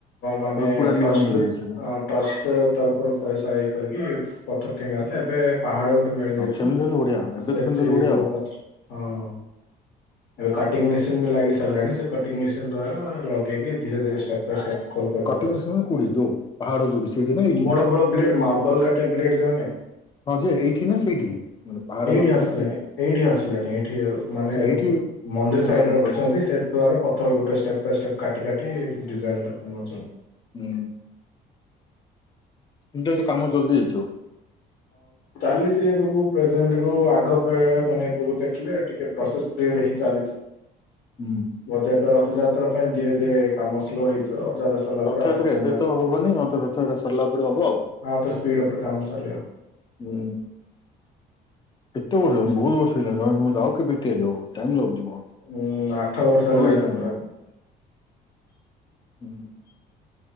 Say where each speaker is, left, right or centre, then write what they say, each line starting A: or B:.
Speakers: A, on the left; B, on the left.
A: ମାନେ
B: ତେବେ ପୁରା
A: ଟ୍ରଷ୍ଟ
B: ଲିଜ୍ ନେଇକି ଯାଇଛନ୍ତି
A: ଟ୍ରଷ୍ଟ ତରଫରୁ ପଇସା ଏଇ କରିକି ପଥର କିଣ ଆନ୍ତି ଏବେ ପାହାଡ ଗୋ ମିଳି
B: ହଁ
A: ଯାଇଛୁ
B: ସେମିତି ହେଲେ ବଢିଆ ଏବେ
A: ସେଠିରୁୁ
B: ତ ସେମିତି ହେଲେ ବଢିଆ ହବ।
A: ହଁ। ଏବେ କଟିଂ ମେସିନ ବି ଲାଗି ସାରିଲାଣି ସେ କଟିଂ ମେସିନ ଦ୍ଵାରା ଲଗେଇକ ଧୀରେରେଷ୍ଟେପ୍ ବାଇ ଷ୍ଟେପ୍ କଣ କରିଥିଲ
B: କଟିଙ୍ଗ ସେମାନେ କୋଉଠି ଯୋଉ ପାହାଡ ଯୋଉଠି ସେଇଠି ନା ଏଇଠି
A: ବଡ ବଡ ବ୍ଲେଡ ମାର୍ବଲ କାଟି ଟେବଲେଟ ଜେ
B: ହଁ ଯେ ଏଇଠି ନା ସେଇଠି? ମାନେ ପାହାଡ
A: ଏଇଠି
B: ପାଖରେ
A: ଆସିଲାଣି
B: ନା
A: ଏଇଠି ଆସିଲାଣି ଏଇଠି ମାନେ
B: ଆଚ୍ଛା ଏଇଠି
A: ମନ୍ଦିର
B: ସେଗୁଡା
A: ସାଇଡ ରେ
B: ସବୁ
A: ରଖିଛନ୍ତି
B: ହୁଁ
A: ସେଇ ଦ୍ଵାରା ପଥର ଗୋଟେ ଷ୍ଟେପ ବାଇ ଷ୍ଟେପ କାଟି କାଟି ଡିଜାଇନଛନ୍ତି
B: ହୁ <unintelligible> ତ କାମ ଜଲଦି ହେଇଯିବ ହଁ <inaudible>
A: ଚାଲିଛି ଏବେକୁ ପ୍ରେଜେଣ୍ଟୁ ଆଗ ପେ ମାନେ ଏବେକୁ ଦେଖିଲେ ଟିକେ ପ୍ରୋସେସ ପିରିୟଡ଼ ହେଇ ଚାଲିଛି
B: ହୁଁ
A: ବୋଧେ ଏବେ ରଥଯାତ୍ରା ପାଇଁ ଧୀରେ ଧୀରେ କାମ ସ୍ଲୋ ହେଇଯିବ ରଥଯାତ୍ରା ସରିଲା
B: ରଥଯାତ୍ରା
A: ପରେ ଆଉଥରେ ପୁଣି
B: ଏବେ
A: ଆଉ
B: ତ ହବନି ହ ରଥଯାତ୍ରା ସରିଲା ପରେ ହବ ଆଉ
A: ହଁ ତ ସ୍ପୀଡ ଉପରେ କାମ ଚାଲବ
B: ହୁଁ ଏତୋ ଗୁଡ ବହୁତ ବର୍ଷ ହେଇଗଲାନି <unintelligible> ଆଉ କେବେ ଟିଆରି ହବ ଟାଇମ୍ ଲାଗୁଛି ବହୁତ
A: ଉୁଁ ଆଠ ବର୍ଷ
B: ବହୁତ
A: ହେଲାଣି ପୁରାଣ
B: ବହୁତ ହୁଁ